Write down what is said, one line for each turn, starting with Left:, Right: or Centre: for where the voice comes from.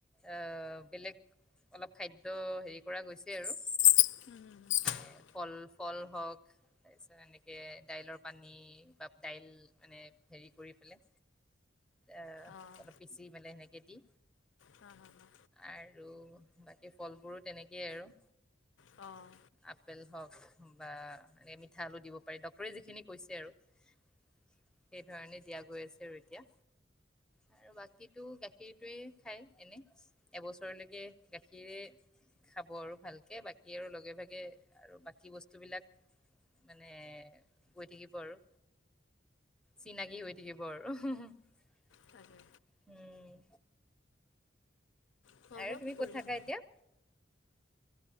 Centre: আ' বেলেগ অলপ খাদ্য হেৰি কৰা গৈছে আৰু।
Left: উম' উম' উম'
Centre: এ ফল ফল হওক, তাৰপিছত এনেক- এই দাইলৰ পানী বা দাইল মানে হেৰি কৰি পেলাই। এহ
Left: অঁ
Centre: অলপ বেচি মানে সেনেকে দি।
Left: হা হা হা
Centre: আৰু বাকী ফলবোৰো তেনেকেই আৰু।
Left: অঁ'
Centre: আপেল হওক বা এনে মিঠা আলু দিব। পাৰি। ডক্টৰে যিখিনি কৈছে আৰু সেইধৰণে দিয়া গৈ আছে আৰু এতিয়া। আৰু বাকীটো গাখীৰটোৱে খাই এনেই। এবছৰলেকে গাখীৰে- খাব আৰু ভালকে বাকী আৰু লগে ভাগে আৰু বাকী বস্তু বিলাক- এ হৈ থাকিব আৰু। চিনাকি হৈ থাকিব আৰু, উম হো হো
Left: তাকে
Centre: উম'।
Left: খোৱা
Centre: আৰু
Left: বোৱা
Centre: তুমি
Left: কি
Centre: ক'ত
Left: কৰিলা
Centre: থাকা এতিয়া?